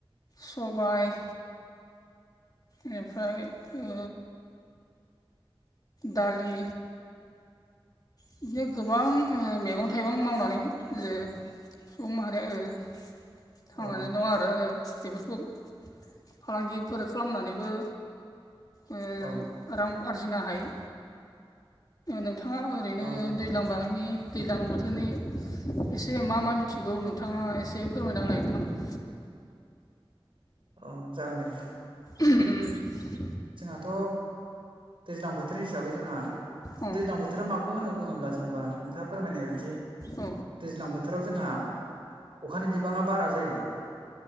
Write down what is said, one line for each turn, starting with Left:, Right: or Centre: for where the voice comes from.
Left: सबाय ओमफ्राय ओ दालि बिदिनो गोबां ओ मैगं थाइगं मावनानै जायो। सुबुं माहारिया ओ थांनानै
Right: औ
Left: दं आरो बेफोरखौ फालांगिफोर खालामनानैबो ओ
Right: औ।
Left: रां आरजिनो हायो, नोंथाङा ओरैनो
Right: औ
Left: दै दैज्लां बागैनि दैज्लां बोथोरनि एसे मा मा मिथिगौ नोंथाङा एसे फोरमायना होलाय नोंथां।
Right: अ' जागोन दे नोंथां।
Left: ओ ओम।
Right: जोंहाथ' दैज्लां बो थोर हिसाबै जोंहा
Left: औ
Right: दैज्लां बोथोरा माखौ होनो बुङोब्ला जेनेबा नोंथाङा फोरमायनाय बायदि
Left: औ
Right: दैज्लां बोथोराव जोंहा अखानि बिबाङा बारा जायो।